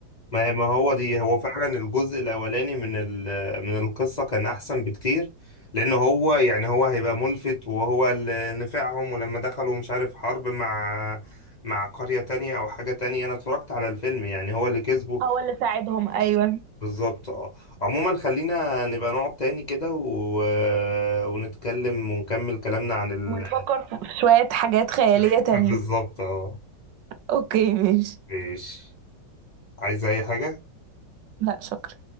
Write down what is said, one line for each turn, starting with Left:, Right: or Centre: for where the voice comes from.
Left: ما ما هو دي هو فعلا الجزء الاولاني من ال- من القصه كان احسن بكتير لان هو يعني هو هيبقى ملفت وهو اللي نفعهم ولما دخلوا مش عارف حرب مع مع قريه تانية او حاجه تانية انا اتفرجت على الفيلم يعني هو اللي كسبه
Right: هو اللي ساعدهم ايوه
Left: بالظبط اه عموما خلينا نبقى نقعد تاني كده و... ونتكلم ونكمل كلامنا عن ال...
Right: ونفكر في شوية حاجات خيالية
Left: <laughs>
Right: تانية
Left: بالظبط اه
Right: اوكي ماشي
Left: ماشي عايز اي حاجة
Right: لا شكرا